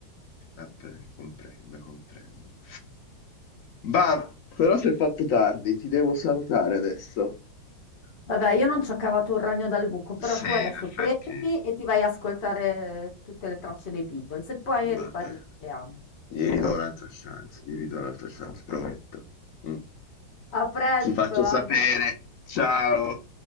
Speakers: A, on the left (about 60°); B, on the left (about 40°).
A: Vabbè, comprendo, comprendo. Bah, però si è fatto tardi, ti devo salutare adesso.
B: Vabbè, io non ci ho cavato un ragno dal buco, però
A: Sì,
B: tu adesso
A: in effetti.
B: prendi e ti vai a ascoltare tutte le tracce dei Beatles e poi
A: Vabbè,
B: ne riparliamo.
A: gli ridò un'altra chance, gli ridò un'altra chance, prometto. Mm.
B: A presto,
A: Ti faccio
B: Andrea.
A: sapere, ciao!